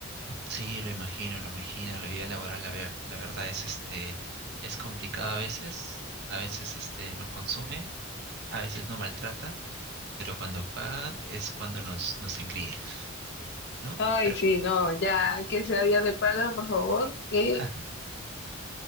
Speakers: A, on the right; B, on the left.
A: Sí, lo imagino, lo imagino. La vida laboral, la ver- la verdad es este, es complicada a veces. A veces este nos consume, a veces nos maltrata, pero cuando pagan es cuando nos, nos engríe, ¿no?
B: Ay,
A: Pero
B: sí, no, ya que sea día de paga, por favor, que
A: <laughs>